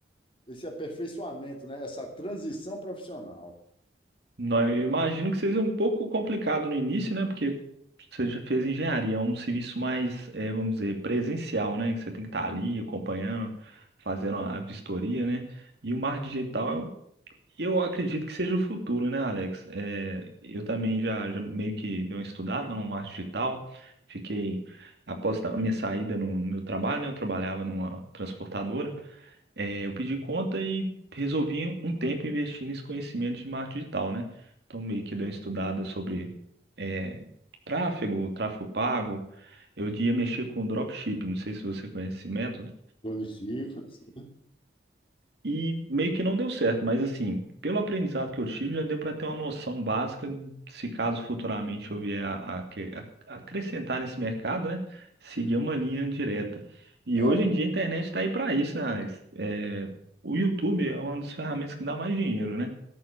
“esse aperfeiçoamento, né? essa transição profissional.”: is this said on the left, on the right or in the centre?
Left